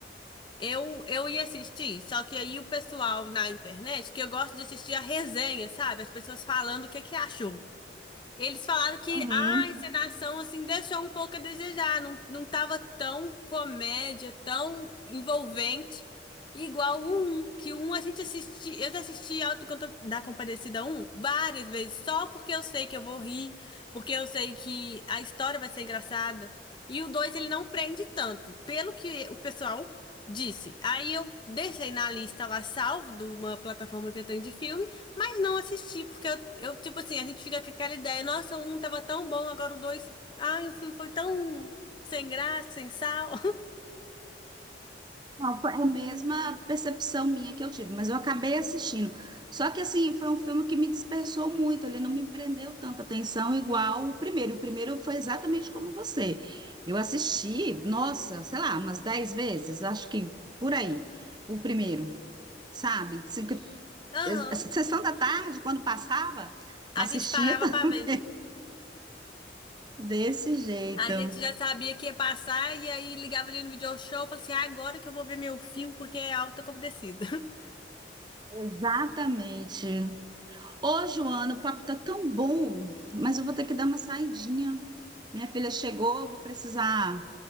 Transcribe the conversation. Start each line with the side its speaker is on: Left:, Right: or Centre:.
Left: Eu, eu ia assistir, só que aí o pessoal na internet, que eu gosto de assistir a resenha, sabe? As pessoas falando o que é que achou. Eles falaram que
Right: Uhum.
Left: ah, a encenação, assim, deixou um pouco a desejar. Não, não tava tão comédia, tão envolvente. Igual o 1, que o 1 a gente assiste, eu já assisti Auto da Conta- da Compadecida um várias vezes, só porque eu sei que eu vou rir, porque eu sei que a história vai ser engraçada. E o 2 ele não prende tanto, pelo que o pessoal disse. Aí eu deixei na lista lá salvo de uma plataforma que eu tenho de filme, mas não assisti, porque eu, eu, tipo assim, a gente fica com aquela ideia, nossa, o 1 tava tão bom, agora o 2, ai, o filme foi tão sem graça, sem sal. <laughs>
Right: Não, foi a mesma percepção minha que eu tive, mas eu acabei assistindo. Só que assim, foi um filme que me dispersou muito, ele não me prendeu tanta atenção igual o primeiro. O primeiro foi exatamente como você. Eu assisti, nossa, sei lá, umas 10 vezes, acho que por aí, o primeiro, sabe? Cinco-
Left: Aham.
Right: es- es- Sessão da tarde, quando passava,
Left: A
Right: assistia
Left: gente parava
Right: <laughs>
Left: pra ver.
Right: desse jeito.
Left: A gente já sabia que ia passar e aí ligava ali no video show, e falava assim, "Ah, agora que eu vou ver meu filme porque é alta compadecida. <laughs>
Right: Exatamente. Ô, Joana, o papo tá tão bom, mas eu vou ter que dar uma saidinha. Minha filha chegou, eu vou precisar